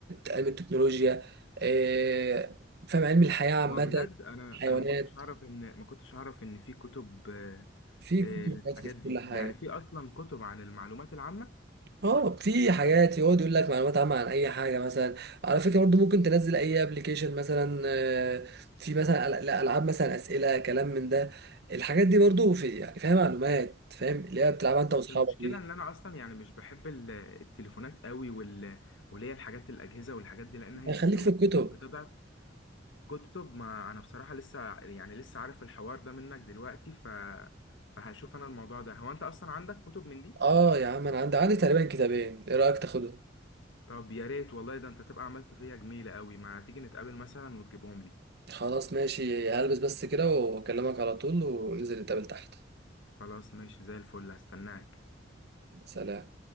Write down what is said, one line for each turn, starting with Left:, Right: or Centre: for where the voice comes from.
Right: علم التكنولوجيا إيه فاهم علم الحياه عامه
Left: وبجد انا
Right: الحيوانات
Left: انا ما كنتش اعرف ان ما كنتش اعرف ان في كتب آه،
Right: في
Left: آه،
Right: كتب
Left: للحاجات
Right: بس في كل
Left: دي
Right: حاجه
Left: يعني في اصلا كتب عن المعلومات العامه
Right: اه في حاجات يقعد يقول لك معلومات عامة عن أي حاجة مثلا على فكرة برضو ممكن تنزل أي ابلكيشن مثلا آه، في مثلا أل- لا، ألعاب مثلا أسئلة كلام من ده الحاجات دي برضو في يعني فيها معلومات فاهم اللي هي بتلعبها أنت
Left: بس
Right: وأصحابك
Left: المشكلة
Right: دي
Left: ان انا اصلا يعني مش بحب ال- التليفونات قوي وال... واللي هي الحاجات الاجهزة والحاجات دي لان هي
Right: يعني خليك
Left: بت-
Right: في الكتب
Left: بتضعف كتب ما انا بصراحة لسه يعني لسه عارف الحوار ده منك دلوقتي ف... فهشوف انا الموضوع ده هو انت اصلا عندك كتب من دي
Right: اه يا عم أنا عندي عندي تقريبا كتابين إيه رأيك تاخدهم؟
Left: طب يا ريت والله ده انت تبقى عملت فيا جميلة قوي ما تيجي نتقابل مثلا وتجيبهم لي
Right: خلاص ماشي هلبس بس كده وأكلمك على طول وننزل نتقابل تحت
Left: خلاص ماشي زي الفل هستناك
Right: سلام